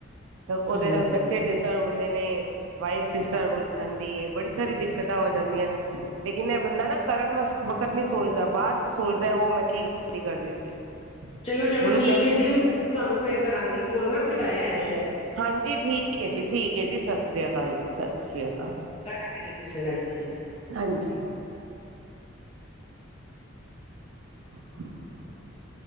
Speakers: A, on the right; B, on the left.
A: ਤਾਂ ਉਹਦੇ
B: ਹਾਂਜੀ
A: ਨਾਲ ਬੱਚੇ ਡਿਸਟਰਬ ਹੁੰਦੇ ਨੇ। ਵਾਈਬ ਡਿਸਟਰਬ ਹੋ ਜਾਂਦੀ ਹੈ ਬੜੀ ਸਾਰੀ ਦਿੱਕਤਾਂ ਹੋ ਜਾਂਦੀਆਂ ਨੇ ਲੇਕਿਨ ਇਹ ਬੰਦਾ ਨਾ। ਕਰਨ ਵਸ ਵਕਤ ਨਹੀਂ ਸੋਚਦਾ ਬਾਅਦ ਸੋਚਦਾ ਉਹ ਮੈਂ ਕੀ ਗਲਤੀ ਕਰ ਦਿੱਤੀ
B: ਚਲੋ ਚਲੋ
A: ਹੁਣ
B: ਠੀਕ
A: ਕਹ।
B: ਹੈ ਜੀ ਮੈਂ ਤੁਹਾਨੂੰ ਫੇਰ ਕਰਾਂਗੀ ਫੋਨ ਨਾ ਕੋਈ ਆਇਆ ਐ।
A: ਹਾਂਜੀ ਠੀਕ ਹੈ ਜੀ ਠੀਕ ਹੈ ਜੀ ਸਤਿ ਸ੍ਰੀ ਅਕਾਲ ਜੀ ਸਤਿ ਸ਼੍ਰੀ ਅਕਾਲ।
B: ਕਰਾਂਗੇ ਡਿਸਕਸ਼ਨ ਇਸ ਗੱਲ ਤੇ।
A: ਹਾਂਜੀ <unintelligible>